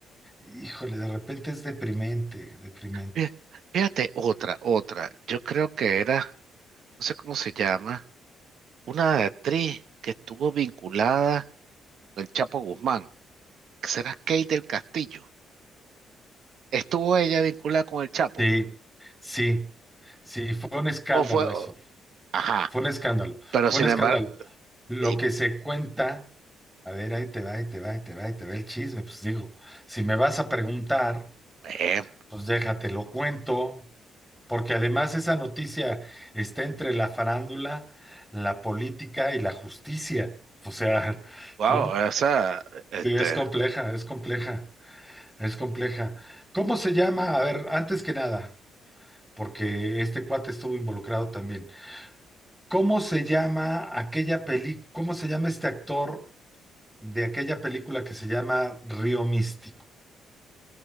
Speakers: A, in the centre; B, on the right (about 65°).
A: Híjole, de repente es deprimente, deprimente.
B: Fí- Fíjate, otra, otra. Yo creo que era, no sé cómo se llama, una actriz que estuvo vinculada con el Chapo Guzmán. ¿Será Kate del Castillo? ¿Estuvo ella vinculada con el Chapo?
A: Sí, sí, sí, fue un escándalo
B: ¿O fue? o-
A: eso.
B: Ajá,
A: Fue un escándalo,
B: pero
A: fue
B: sin
A: un escándalo.
B: embargo,
A: Lo
B: y,
A: que se cuenta, a ver, ahí te va, ahí te va, ahí te va, ahí te va el chisme. Pues digo, si me vas a preguntar.
B: eh,
A: Pues déjate, lo cuento, porque además esa noticia está entre la farándula, la política y la justicia. O sea, <laughs>
B: wow,
A: ¿no?
B: esa, este,
A: Sí, es compleja, es compleja, es compleja. ¿Cómo se llama? A ver, antes que nada, porque este cuate estuvo involucrado también. ¿Cómo se llama aquella peli, cómo se llama este actor de aquella película que se llama Río Místico?